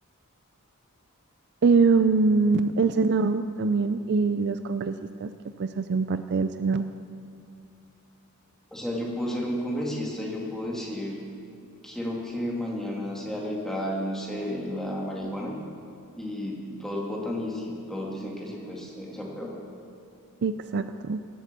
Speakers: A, on the right; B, in the centre.
A: Em, el Senado también y los congresistas que pues hacen parte del Senado.
B: O sea, yo puedo ser un congresista y yo puedo decir quiero que mañana sea legal, no sé, la marihuana. Y todos votan y si todos dicen que sí, pues eh, se aprueba.
A: Exacto.